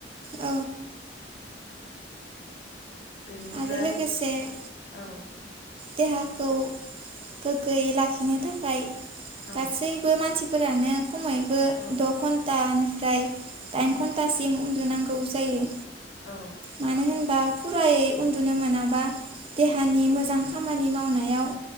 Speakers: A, on the right; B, on the left.
A: औ
B: बेनिफ्राय
A: आरो लोगोसे
B: औ।
A: देहाखौ गोग्गोयै लाखिनो थाखाय
B: औ
A: गासैबो मानसिफोरानो खमैबो
B: औ
A: द' घन्टा ओफ्राय दाइन घन्टासिम उन्दुनांगौ जायो।
B: औ
A: मानो होनबा फुरायै उन्दुनो मोनाबा देहानि मोजां खामानि मावनायाव